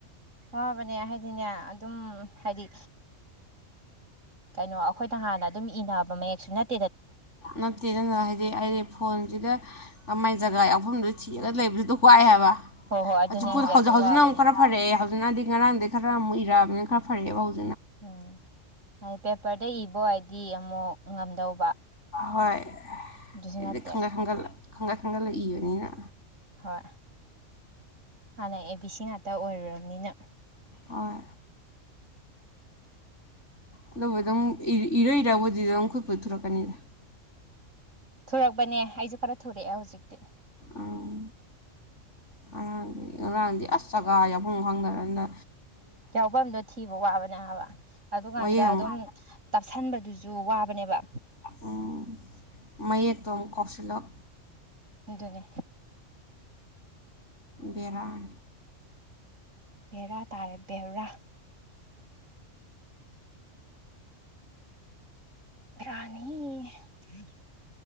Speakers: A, on the right (about 75°); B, on the left (about 65°).
A: ꯋꯥꯕꯅꯦ ꯍꯥꯏꯗꯤꯅꯦ ꯑꯗꯨꯝ ꯍꯥꯏꯗꯤ ꯀꯩꯅꯣ ꯑꯩꯈꯣꯏꯅ ꯍꯥꯟꯅ ꯑꯗꯨꯝ ꯏꯅꯕ ꯃꯌꯦꯛꯁꯨ ꯅꯠꯇꯦ
B: ꯅꯠꯇꯦꯗꯅ ꯍꯥꯏꯗꯤ ꯑꯩꯗꯤ ꯐꯣꯟꯁꯤꯗ ꯀꯃꯥꯏꯅ ꯇ ꯖꯒꯥ ꯌꯥꯎꯐꯝꯗꯨꯣ ꯊꯤꯔꯒ ꯂꯩꯕꯗꯨꯗꯣ ꯋꯥꯏ ꯍꯥꯏꯕ
A: ꯍꯣꯏ ꯍꯣꯏ ꯑꯗꯨꯅꯦ
B: ꯍꯧꯖꯤꯛ
A: ꯍꯥꯏꯁꯦ
B: ꯍꯧꯖꯤꯛ
A: ꯑꯗꯨ
B: ꯍꯧꯖꯤꯛꯅ
A: ꯋꯥꯕꯅꯦꯕ
B: ꯑꯃꯨꯛ ꯈꯔ ꯐꯔꯛꯑꯦ ꯍꯧꯖꯤꯛꯅꯗꯤ ꯉꯔꯥꯡꯗꯤꯩ ꯈꯔ ꯑꯃꯨꯛ ꯏꯔꯑꯕꯅꯤꯅ ꯈꯔ ꯐꯔꯦꯕ ꯍꯧꯖꯤꯛ
A: ꯎꯝ ꯍꯥꯏꯗꯤ ꯄꯦꯄꯔꯗ ꯏꯕ ꯍꯥꯏꯗꯤ ꯑꯃꯨꯛ ꯉꯝꯗꯧꯕ
B: ꯍꯣꯏꯗꯤ
A: ꯑꯗꯨꯁꯨ ꯅꯠꯇꯦ
B: ꯈꯟꯒꯠ ꯈꯪꯒꯠꯂ ꯈꯪꯒꯠ ꯈꯪꯒꯠꯂꯛ ꯏꯕꯅꯤꯅ
A: ꯍꯣꯏ ꯍꯥꯟꯅ ꯑꯦ ꯕꯤ ꯁꯤ ꯉꯥꯛꯇ ꯑꯣꯏꯔꯨꯔꯕꯅꯤꯅ
B: ꯍꯣꯏ ꯑꯗꯨꯒꯕꯨ ꯑꯗꯨꯝ ꯏꯔꯩ ꯏꯔꯕꯨꯗꯤꯗꯤ ꯑꯗꯨꯝ ꯈꯨꯠꯄꯊꯣꯔꯛꯀꯅꯤꯗ
A: ꯊꯨꯔꯛꯄꯅꯦ ꯑꯩꯁꯨ ꯈꯔ ꯊꯨꯔꯛꯑꯦ ꯍꯧꯖꯤꯛꯇꯤ
B: ꯎꯝ ꯉꯔꯥꯡꯗꯤ ꯉꯔꯥꯡꯗꯤ ꯑꯁ ꯖꯒꯥ ꯌꯥꯎꯐꯝꯨꯡ ꯈꯪꯅꯔꯅ
A: ꯌꯥꯎꯐꯝꯗꯣ ꯊꯤꯕ ꯋꯥꯕꯅꯦ ꯍꯥꯏꯕ ꯑꯗꯨꯀꯥꯟꯗ
B: ꯃꯌꯦꯛ ꯑꯃꯨꯛ
A: ꯑꯗꯨꯝ ꯇꯞꯁꯤꯟꯕꯗꯨꯁꯨ ꯋꯥꯕꯅꯦꯕ
B: ꯎꯝ ꯃꯌꯦꯛꯇꯣ ꯀꯥꯎꯁꯤꯂꯛ
A: ꯑꯗꯨꯖꯅꯦ
B: ꯔꯜ
A: ꯕꯦꯔꯥ ꯇꯥꯔꯦ ꯕꯔꯥ ꯔꯥꯅꯤ ꯍꯝ